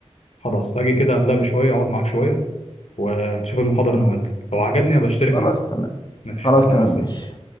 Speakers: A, on the left (about 65°); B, on the left (about 40°).
A: خلاص أجي كده قبلها بشوية أقعد معاك شوية ونشوف المحاضرة أنا وأنت لو عجبني أبقى أشترك
B: خلاص
A: معاك
B: تمام
A: ماشي
B: خلاص
A: يلا
B: تمام
A: مع السلامة
B: ماشي